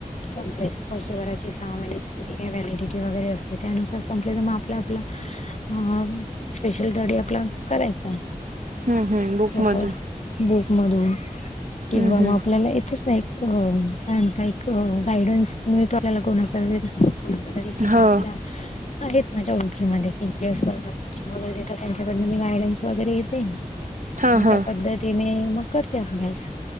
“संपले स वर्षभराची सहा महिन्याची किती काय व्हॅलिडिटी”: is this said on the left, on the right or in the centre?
Left